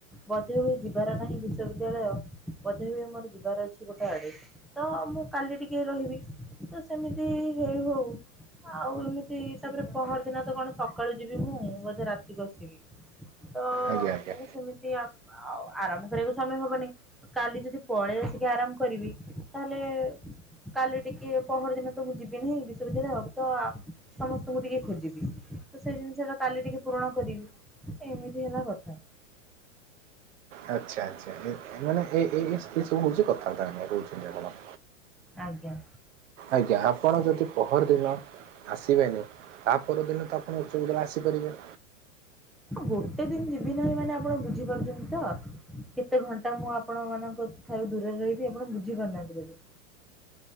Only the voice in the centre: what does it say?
ବୋଧେ ଯିବାର ନାହିଁ ବିଶ୍ଵବି ବିଦ୍ୟାଳୟ ବୋଧେ ହୁଏ ମୋର ଯିବାର ଅଛି ଗୋଟେ ଆଡେ ତ ମୁଁ କାଲି ଟିକେ ରହିବି। ତ ସେମିତି ହେଇ ହଉ ଆଉ ଏମିତି ତାପରେ ପହରଦିନ ତ କଣ ସକାଳୁ ଯିବି ମୁଁ ବୋଧେ ରାତିକୁ ଆସିବି। ତ
ମାନେ ସେମିତି ଆଆଉ ଆରାମ୍ଭ କରିବାକୁ ସମୟ ହବନି। କାଲି ଯଦି ପଳେଇ ଆସିକି ଆରାମ କରିବି ତାହେଲେ କାଲି ଟିକେ ପହର ଦିନ ତ ମୁଁ ଯିବିନିି ବିଶ୍ୱବିଦ୍ୟାଳୟ ତ ସମସ୍ତଙ୍କୁ ଟିକେ ଖୋଜିବି। ତ ସେଇ ଜିନିଷ ଟା କାଲି ଟିକେ ପୂରଣ କରିବି ଏମିତି ହେଲା କଥା।
ଆଜ୍ଞା।
ଗୋଟେ ଦିନ ଯିବି ନାହିଁ ମାନେ ଆପଣ ବୁଝିପାରୁଛନ୍ତି ତ। କେତେ ଘଣ୍ଟା ମୁଁ ଆପଣ ମାନଙ୍କ ଠାରୁ ଦୂରରେ ରହିବି ଆପଣ ବୁଝି ପାରୁନାହାନ୍ତି ବୋଧେ।